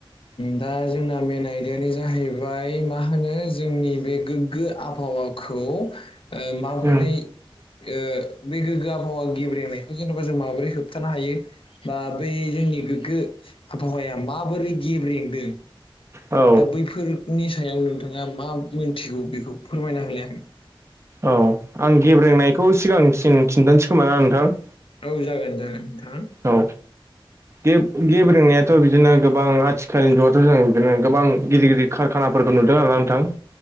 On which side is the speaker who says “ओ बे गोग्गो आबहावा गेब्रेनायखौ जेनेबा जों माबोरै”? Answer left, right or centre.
Left